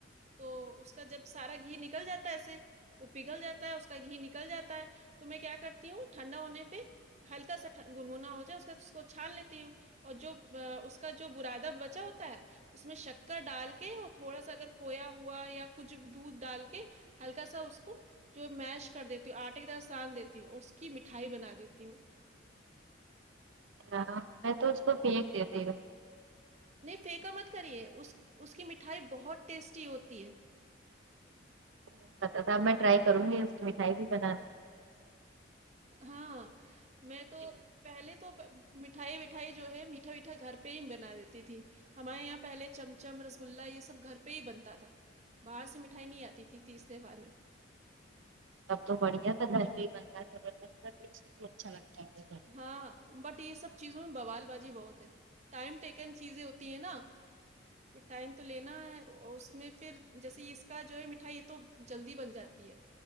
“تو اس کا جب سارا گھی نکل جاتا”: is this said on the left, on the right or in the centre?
Right